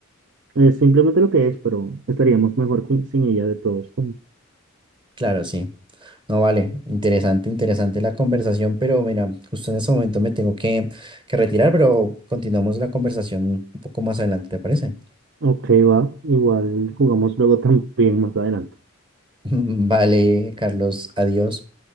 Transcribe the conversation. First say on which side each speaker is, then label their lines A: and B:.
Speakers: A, on the right; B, on the right.
A: es simplemente lo que es, pero estaríamos mejor con- sin ella de todos.
B: Claro, sí. No, vale, interesante, interesante la conversación, pero mira, justo en ese momento me tengo que, que retirar, pero continuamos la conversación un poco más adelante, ¿te parece?
A: Ok, va. Igual jugamos luego <laughs> también más adelante.
B: <laughs> Vale, Carlos, adiós.